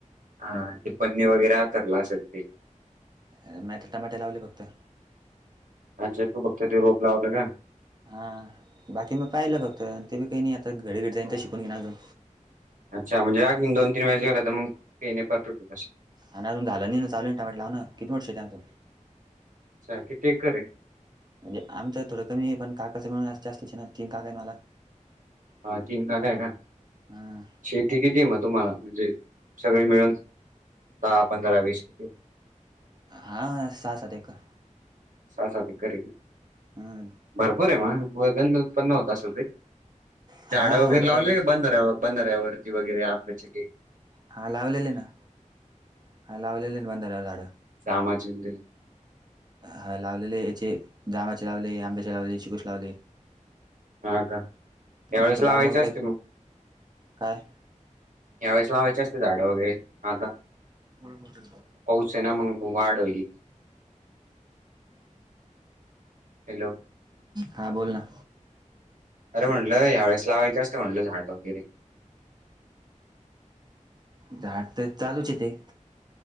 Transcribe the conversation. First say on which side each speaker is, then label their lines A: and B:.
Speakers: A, on the right (about 80°); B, on the right (about 30°).
A: हा तेि पणनी वगैरे आ करला असेल ते
B: नाहीी आ टमाटे लावले फक्त
A: अच्छा तू बघते ते रोप लावला का
B: हा बाकी मग पाहिलं फक्त ते बी काही नाही आता घडी घडी जाईन तर शिकून घेणार अजून
A: अच्छा म्हणजे अगदी दन तीन वेळेस गेला तर मग पेणे परतट क
B: हा अजून झालं नाही ना चाल ना टाट लाव ना किती मोट श आचं
A: अच्छा कि ते करे
B: म्हणजे आमचं थोडं कमी आहे पण काकाचंळून अस जास्तच ना तीन काका आहेत मला
A: हा तिनदा आहे ना
B: हां
A: शेती किती मग तुम्हाला म्हणजे सगळे मिळून दहा पंधरा वीस किती
B: हां सात सात एककर
A: स ब कर
B: हम्
A: भरपूर आहे म वगंध उत्पन्न होत असेल ररी
B: हा
A: झाडं वगैरे
B: हो बऱ्यापैकी
A: लावली क बंद बंदर आहे वरती वगैरे आंब्याच्या
B: हा लावलेले ना हा लावलेले ना बंधाऱ्यावर झाड
A: सामाज दे
B: हा लावलेले याचे जामाचे लावले आंब्याचे लावले चिकूस लावले
A: हा का त्यावेळेस
B: आमचा
A: लावायच
B: बाग मोठला
A: असते
B: आहे.
A: मग
B: काय
A: यावेेळेस लावायची असते झाडं वगैरे आता
B: मो मोठ
A: शिवसेना मग वाढ होली हॅलो
B: हा बोल ना
A: अरे म्हटलं ह्या वेळेस लावायचे असत म्हटलं झाड वगैरे
B: झाड तर चालूच य ते